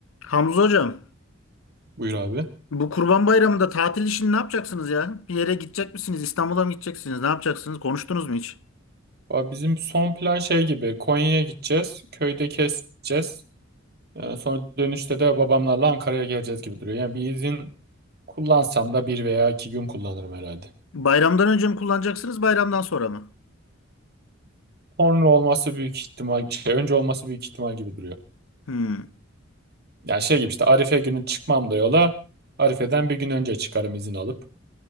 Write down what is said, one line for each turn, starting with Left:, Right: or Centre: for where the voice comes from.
Left: Hamza hocam,
Right: Buyur abi.
Left: bu Kurban Bayramı'nda tatil işini ne yapacaksınız ya? Bir yere gidecek misiniz? İstanbul'a mı gideceksiniz? Ne yapacaksınız? Konuştunuz mu hiç?
Right: Abi bizim son plan şey gibi Konya'ya gideceğiz. Köyde keseceğiz. Ee, sonra dönüşte de babamlarla Ankara'ya geleceğiz gibi duruyor. Yani bir izin kullansam da bir veya iki gün kullanırım herhalde.
Left: Bayramdan önce mi kullanacaksınız, bayramdan sonra mı?
Right: Sonra olması büyük ihtimal, şey, önce olması büyük ihtimal gibi duruyor.
Left: Hmm.
Right: Yani şey gibi işte Arife günü çıkmam da yola. Arife'den bir gün önce çıkarım izin alıp.